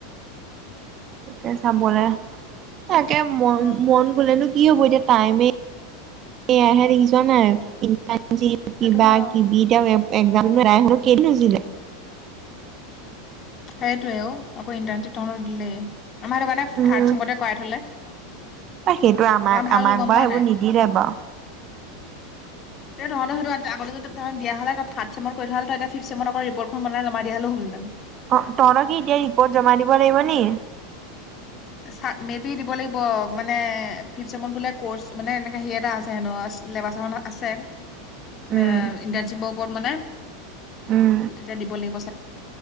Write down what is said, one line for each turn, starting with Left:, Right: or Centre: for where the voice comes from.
Right: এতিয়া যাবলে তাকে মন,
Left: অ
Right: মন গ'লেই নো কি হ'ব এতিয়া? টাইমেই এয়াহে দেখিছ নাই, ইণ্টাৰণ চিপ কিবা-কিবি,
Left: সেইটো হয় অ
Right: তেও <unintelligible> <inaudible>
Left: সেইটোৱেই। অ', আকৌ ইণ্টাৰ্নশ্বিপ তহঁতক দিলেই। আমাৰ সেইটো কাৰণে
Right: উম
Left: থাৰ্ড চেমতে কৰাই থ'লে
Right: সেইটো আমাক
Left: আমাৰ ভাল
Right: আমাক
Left: হ'ল। গম
Right: বাৰু
Left: পাৱ
Right: সেইবোৰ
Left: নে?
Right: নিদিলে বাৰু
Left: এ, তহঁতৰ সেইটো আগতেই যদি তহতঁক দিয়া হ'লে, তই থাৰ্ড চেমত কৰি থোৱা হেঁতেন। তই এতিয়া ফিফথ চেমত অকল ৰিপৰ্টখন বনাই জমা দিয়া হলেও হ'লহেঁতেন।
Right: অ'হ, তহঁতৰ কি এতিয়াইয়ে ৰিপৰ্ট জমা দিব লাগিব নি?
Left: চাগ, মেইবি দিব লাগিব। মানে ফিফথ চেমত বোলে ক'ৰ্চ, মানে, এনেকে হেৰি এটা আছে হেনো চিলেবাছখনত আছে মে,
Right: উম
Left: ইণ্টাৰ্নশ্বিপক <unintelligible>
Right: উম
Left: ত' তেতিয়া দিব লাগিব